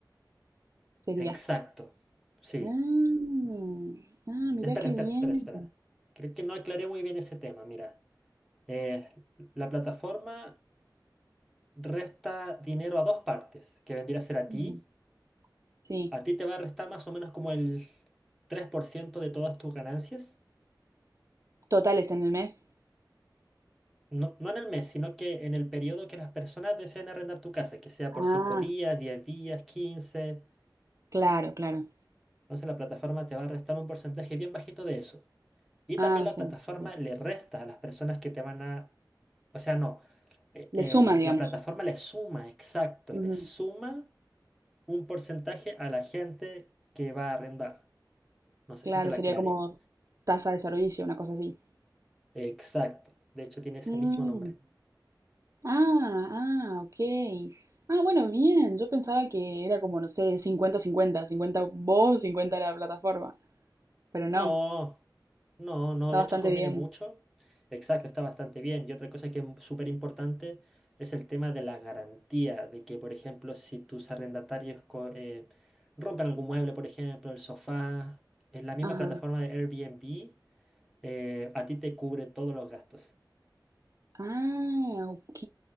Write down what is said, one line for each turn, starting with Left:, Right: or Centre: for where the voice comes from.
Right: sería.
Centre: Exacto. Sí.
Right: Ah, ah, mirá
Centre: Espera,
Right: qué
Centre: espera,
Right: bien.
Centre: espera, espera. Creo que no aclaré muy bien ese tema. Mira, eh, la plataforma resta dinero a dos partes, que vendría a ser a
Right: Ujú.
Centre: ti.
Right: Sí,
Centre: A ti te va a restar más o menos como el 3% de todas tus ganancias
Right: totales en el mes.
Centre: No, no en el mes, sino que en el periodo que las personas deseen arrendar tu casa, que sea por
Right: Ah,
Centre: 5 días, 10 días, 15.
Right: claro, claro.
Centre: Entonces la plataforma te va a restar un porcentaje bien bajito de eso. Y
Right: Ah,
Centre: también
Right: o
Centre: la
Right: sea,
Centre: plataforma
Right: sí.
Centre: le resta a las personas que te van a... O sea, no. eh,
Right: le
Centre: eh,
Right: suma, digamos.
Centre: la plataforma le suma, exacto,
Right: Ujú.
Centre: le suma un porcentaje a la gente que va a arrendar. No sé
Right: Claro,
Centre: si te lo
Right: sería
Centre: aclaré.
Right: como tasa de servicio, una cosa así.
Centre: Exacto. De hecho, tiene ese
Right: Mm,
Centre: mismo nombre.
Right: Ah, ah, ok. Ah, bueno, bien. Yo pensaba que era como, no sé, cincuenta-cincuenta, cincuenta cincuenta vos, 50 la plataforma. Pero
Centre: No,
Right: no,
Centre: no, no,
Right: está
Centre: de
Right: bastante
Centre: hecho conviene
Right: bien.
Centre: mucho. Exacto, está bastante bien. Y otra cosa que es súper importante es el tema de la garantía, de que, por ejemplo, si tus arrendatarios co- eh, rompen algún mueble, por ejemplo, el sofá, en la misma
Right: Ajá.
Centre: plataforma de Airbnb, eh, a ti te cubre todos los gastos.
Right: Ah, ok.